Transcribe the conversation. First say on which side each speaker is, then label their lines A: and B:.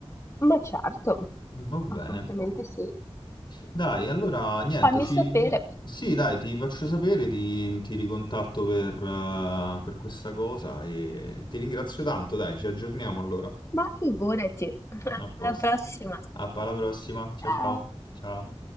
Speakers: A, on the left; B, on the left.
A: Ma certo,
B: Va bene.
A: assolutamente sì.
B: Dai, allora niente,
A: Fammi
B: ci...
A: sapere.
B: Sì, dai, ti faccio sapere, ti, ti ricontatto per, eh, per questa cosa e ti ringrazio tanto, dai, ci aggiorniamo allora.
A: Ma figurati. <laughs>
B: A posto.
A: Alla prossima.
B: A- Alla prossima, ciao
A: Ciao.
B: ciao. Ciao.